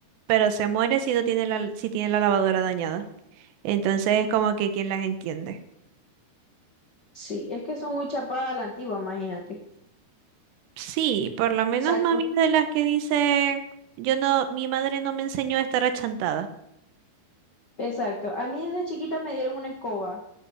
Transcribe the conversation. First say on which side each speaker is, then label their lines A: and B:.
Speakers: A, on the right (about 85°); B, on the left (about 65°).
A: pero se muere si no tiene la, si tiene la lavadora dañada. Entonces es como que quién las entiende.
B: sí, es que son muy chapadas a la antigua, imagínate. O
A: Sí, por lo menos
B: sea,
A: mami es de las que dice, yo no, mi madre no me enseñó a estar achantada.
B: exacto. A mí desde chiquita me dieron una escoba.